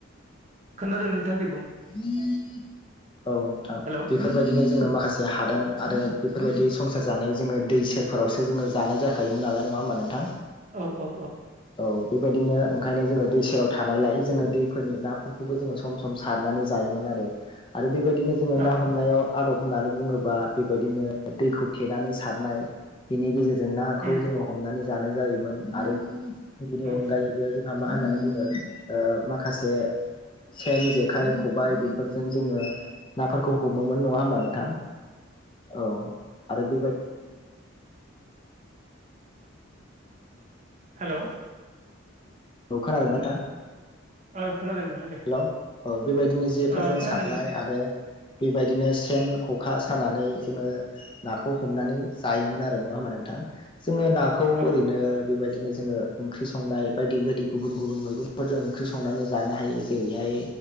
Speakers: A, on the right; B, on the left.
A: खोनादों नोंथां दे बुं
B: <unintelligible> औ नोंथां
A: हेल' औ
B: बेफोरबायदिनो जोङो माखासे हादान आरो बेफोरबायदि संसार जानायाव जोङो दै सेरफोरावसो जोङो जानाय जाखायोमोन नालाय नङा होमबा नोंथां
A: औ औ
B: औ बेबायदिनो ओंखायनो जोङो दै सेराव थानायलाय जोङो दैफोरनि नाफोरखौबो जोङो सम -सम सारनानै जायोमोन आरो आरो बेबायदिनो जोङो ना
A: औ
B: हमनायाव आदब होननानै बुङोबा बेबायदिनो दैखौ थेनानै सारनाय बेनि गेजेर जों नाखौ
A: उम
B: जोङो हमनानै जानाय जायोमोन आरो बेनि
A: उम
B: अनगायैबो जोंहा मा होननानै बुङो ओ माखासे सेन जे खाइ खबाय बेफोरजों जोङो नाफोरखौ हमोमोन नङा होमबा नोंथां औ आरो बेबाय
A: हेलौ
B: औ खोनादों ना नोंथां
A: ओ खोनादों नोंथां दे।
B: हेलौ औ बेबायदिनो जेफोरजों
A: ओ खोनादों
B: सारनाय
A: नोंथां
B: आरो बेबायदिनो सेन ख'खा सानानै जोङो नाखौ हमनानै जायोमोन आरो नङामा नोंथा जोङो नाखौ
A: औ
B: ओरैनो बेबायदिनो जोङो ओंख्रि संनाय बायदि बायद दि गुबुन -गुबुन मैगंफोरजों ओंख्रि संनानै जानो हायो जेरैहाय